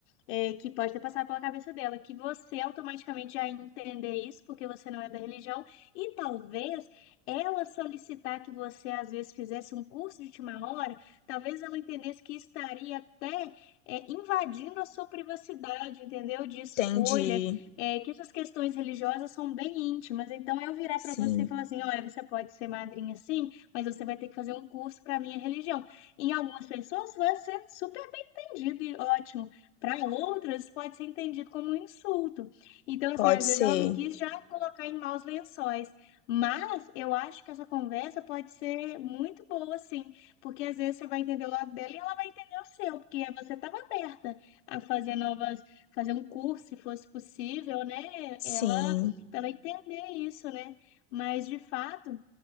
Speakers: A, on the left; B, on the left.
A: é, que pode ter passado pela cabeça dela, que você automaticamente já entender isso, porque você não é da religião, e talvez ela solicitar que você, às vezes, fizesse um curso de última hora, talvez ela entendesse que estaria até é, invadindo a sua privacidade, entendeu? De escolha,
B: Entendi.
A: é, que essas questões religiosas são bem íntimas. Então, eu virar
B: Sim,
A: para você e falar assim: olha, você pode ser madrinha sim, mas você vai ter que fazer um curso para a minha religião. Em algumas pessoas vai ser super bem entendido e ótimo. Para outras, isso pode ser entendido como um insulto. Então,
B: pode
A: assim, às
B: ser.
A: vezes ela não quis já colocar em maus lençóis. Mas eu acho que essa conversa pode ser muito boa, assim, porque às vezes você vai entender o lado dela e ela vai entender o seu, porque você estava aberta a fazer novas, fazer um curso, se fosse possível, né?
B: Sim,
A: Ela, para ela entender isso, né? Mas de fato.